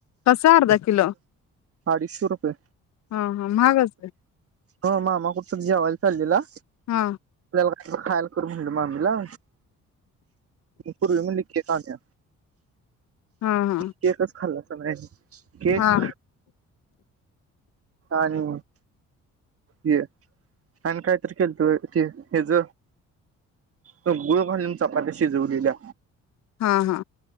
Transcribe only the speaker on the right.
अडीचशे रुपये.
हो मामा कुठं तर जेवाय चाललेला
तवर खायाला करून दिलं मामीला. पुरवी मी लिखी खाण्या
केकच खाल्लासा व्हय. केक
आणि हे आणि कायतरी केलतं बइ ते हेज त गुळ घालून चपात्या शिजवलेल्या.